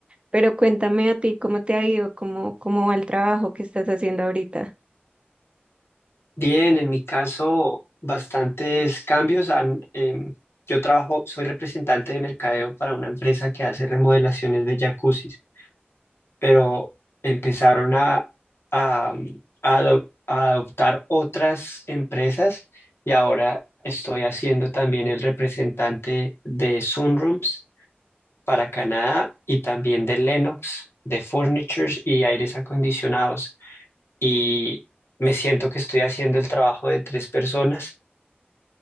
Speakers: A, on the right (about 30°); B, on the left (about 85°).
A: Pero cuéntame a ti cómo te ha ido, cómo, cómo va el trabajo que estás haciendo ahorita.
B: Bien, en mi caso, bastantes cambios han, em, yo trabajo, soy representante de mercadeo para una empresa que hace remodelaciones de jacuzzis. pero empezaron a, a, mm, a ado- a adoptar otras empresas y ahora estoy haciendo también el representante de Sunrooms para Canadá y también de Lennox, de Furnitures y aires acondicionados. Y me siento que estoy haciendo el trabajo de tres personas